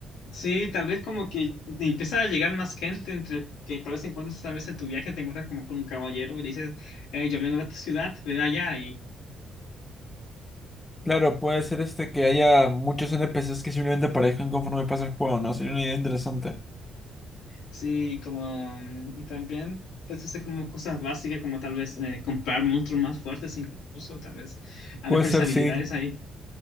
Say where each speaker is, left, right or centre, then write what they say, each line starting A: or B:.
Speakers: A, on the left; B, on the left.
A: Sí, tal vez como que te empieza a llegar más gente entre que tal vez encuentres tal vez en tu viaje te encuentras como con un caballero y le dices, "Eh, yo vengo de tu ciudad, ve allá y
B: Claro, puede ser este que haya muchos NPCs que simplemente aparezcan conforme pasa el juego, ¿no? Sería una idea interesante.
A: sí, como mm, y también puedes hacer como cosas básicas como tal vez eh, comprar monstruos más fuertes incluso, tal vez a
B: Puede
A: mejores
B: ser,
A: habilidades
B: sí.
A: ahí.